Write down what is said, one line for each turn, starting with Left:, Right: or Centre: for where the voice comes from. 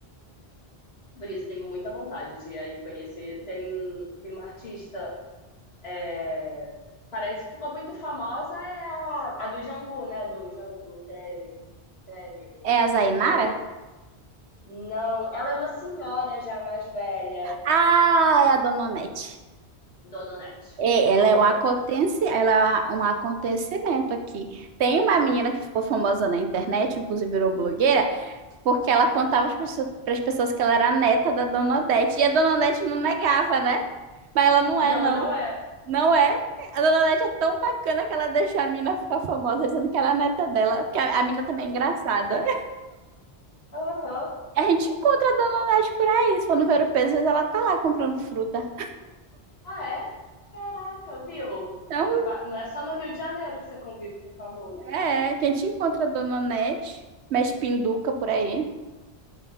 Left: Por isso, tenho muita vontade de ir aí conhecer. Tem, tem uma artista. é, Parece que ficou muito famosa, é a, a do Jambu, né? Do Jambu, treme, treme,
Right: É a Zainara?
Left: treme. Não, ela é uma senhora já mais velha,
Right: Ah, é a Dona Onete.
Left: Dona Onete.
Right: É,
Left: Aham.
Right: ela é um acontece, ela é um acontecimento aqui. Tem uma menina que ficou famosa na internet, inclusive virou blogueira, porque ela contava para as pessoas pras pessoas que ela era a neta da Dona Odete. E a Dona Odete não negava, né? Mas ela não
Left: E
Right: é,
Left: ela
Right: não.
Left: não é.
Right: Não é. A Dona Odete é tão bacana que ela deixou a mina ficar famosa dizendo que era a neta dela, porque a, a mina também é engraçada.
Left: Aham.
Right: A gente encontra a Dona Onete por aí. Se for no Vero Pesos, ela tá lá comprando fruta.
Left: Ah, é? Caraca, viu?
Right: Então,
Left: Va- va- Não é só no Rio de Janeiro que você convive com o famoso.
Right: é, que a gente encontra a Dona Onete, mexe pinduca por aí.